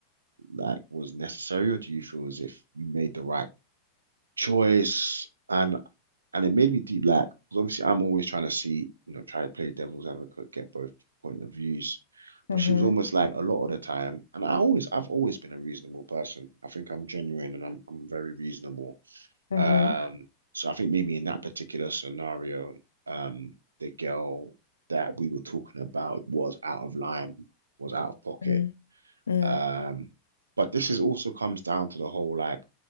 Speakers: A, on the right; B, on the left.
A: like was necessary, or do you feel as if you made the right choice? And and it made me deep like, because obviously I'm always trying to see, you know, try to play devil's advocate, get both point of views.
B: Mm-hmm.
A: But she was almost like a lot of the time, and I always I've always been a reasonable person. I think I'm genuine and I'm I'm very reasonable.
B: Mm-hmm.
A: Um, so I think maybe in that particular scenario, um, the girl that we were talking about was out of line, was out of pocket.
B: Mm-hmm. mm-hmm.
A: Um, but this is also comes down to the whole like